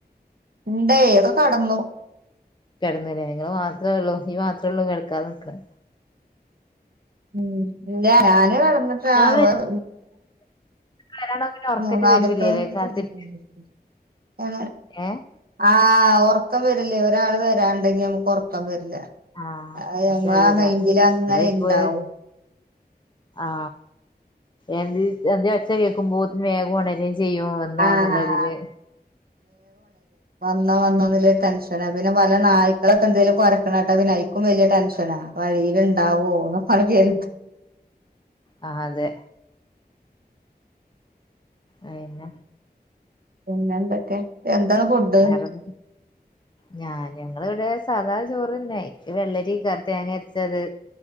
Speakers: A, on the right; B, on the left.
A: ഉണ്ടേ അത് കടന്നു.
B: കിടന്ന്ല്ലേ നിങ്ങള് മാത്രേള്ളൂ നീ മാത്രേള്ളൂ കിടക്കാതെ നിക്ക
A: ഉം ഇല്ല ഞാന് കിടന്നിട്ടില്ല
B: അത്
A: വെർ
B: വരാണ്ടാവുമ്പോ ഒറക്കറ്റ്
A: മൂന്നാമത്തൊൻ
B: വരൂല്ലേല്ലേ കാത്തിരിക്ക
A: നെ ആ
B: ഏഹ്
A: ആ ഉറക്കം വരില്ലേ ഒരാള് വരാണ്ടെങ്കി നമുക്ക് ഉറക്കം വരില്ല
B: ആ
A: അത്
B: ഉറക്കം
A: നമ്മളെ
B: വരൂല
A: മൈൻഡില് അങ്ങനെ
B: ഇവിടെ ഇപ്പൊ
A: ഇണ്ടാവും
B: ആ എന്ത് എന്തേഒച്ച കേക്കുമ്പോത്തിനു വേഗം ഉണരെ ച്ചെ ചെയ്യോ വന്നോന്നുള്ളതില്
A: ആഹ് വന്നൊ വന്നൊ ഉള്ള ടെൻഷനാ പിന്നെ പല നായ്ക്കളൊക്കെ എന്തെിലും കൊറരക്ക് ണെ കേട്ടാ പിന്നെ ഇക്കും വല്യ ടെൻഷനാ വഴിയിൽ ഉണ്ടാവോ അപ്പാടങ് കേറീട്ട്
B: ആ അതെ അയെന്ന
A: പിന്നെ എന്തൊക്കെ? എന്താണ് ഫുഡ്
B: ആരത്‌ ഞാഞാ ഞങ്ങള് ഇവിടെ സാധാ ചോറ്ന്നെ ഇക്ക് വെള്ളരി തേങ്ങ അര്ച്ചത്